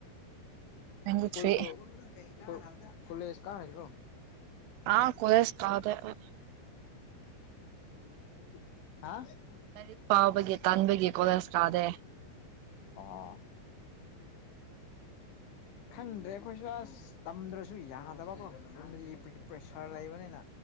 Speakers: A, on the right; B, on the left.
A: ꯇ꯭ꯋꯦꯟꯇꯤ ꯊ꯭ꯔꯤ
B: <unintelligible> ꯀꯣꯂꯦꯖ ꯀꯥꯔꯤꯔꯣ
A: ꯑꯥ ꯀꯣꯂꯦꯖ ꯀꯥꯗꯦ ꯑꯩ
B: <unintelligible> ꯍꯥ
A: ꯂꯥꯏꯔꯤꯛ ꯄꯥꯕꯒꯤ ꯇꯟꯕꯒꯤ ꯀꯣꯂꯦꯖ ꯀꯥꯗꯦ
B: ꯑꯥ ꯈꯪꯗ꯭ꯔꯦ ꯑꯩꯈꯣꯏꯁꯨ ꯑꯁ ꯇꯝꯗ꯭ꯔꯁꯨ ꯌꯥꯗꯕꯀꯣ ꯌꯨꯝꯗꯒꯤ ꯄꯤ ꯄ꯭ꯔꯦꯁꯔ ꯂꯩꯕꯅꯤꯅ